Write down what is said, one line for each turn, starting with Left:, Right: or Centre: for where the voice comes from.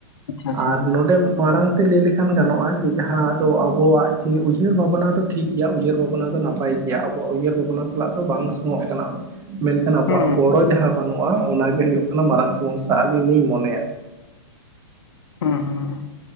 Left: ᱟᱪᱪᱷᱟ ᱟᱪᱪᱷᱟ
Right: ᱟᱨ
Left: ᱦᱩᱸ
Right: ᱱᱚᱰᱮᱼᱼ ᱢᱟᱲᱟᱝ ᱛᱮ ᱞᱟᱹᱭ ᱞᱮᱠᱷᱟᱱ ᱜᱟᱱᱚᱜᱼᱟ ᱡᱮ ᱡᱟᱦᱟᱸ ᱫᱚ ᱟᱵᱚᱣᱟᱜ ᱡᱮ ᱩᱭᱦᱟᱹᱨ ᱵᱷᱟᱵᱱᱟ ᱫᱚ ᱴᱷᱤᱠ ᱜᱮᱭᱟ ᱩᱭᱦᱟᱹᱨ ᱵᱷᱟᱼᱼ ᱚᱱᱟ ᱫᱚ ᱱᱟᱯᱟᱭ ᱜᱮᱭᱟ, ᱟᱵᱚᱣᱟᱜ ᱩᱭᱦᱟᱹᱨ ᱵᱷᱟᱵᱱᱟ ᱥᱟᱞᱟᱜ ᱫᱚ ᱵᱟᱝ ᱥᱚᱝᱚᱜ ᱠᱟᱱᱟ ᱢᱮᱱᱠᱷᱟᱱ ᱟᱵᱚᱣᱟᱜ
Left: ᱦᱩᱸ
Right: ᱜᱚᱲᱚ ᱡᱟᱦᱟᱸᱼᱼ ᱵᱟᱹᱱᱩᱜᱼᱟ, ᱚᱱᱟᱜᱮ ᱦᱩᱭᱩᱜ ᱠᱟᱱᱟ ᱢᱟᱨᱟᱝ ᱥᱚᱢᱚᱥᱥᱟ ᱟᱹᱞᱤᱧ ᱞᱤᱧ ᱢᱚᱱᱮᱭᱟ ᱾
Left: ᱦᱩᱸ ᱦᱩᱸ ᱾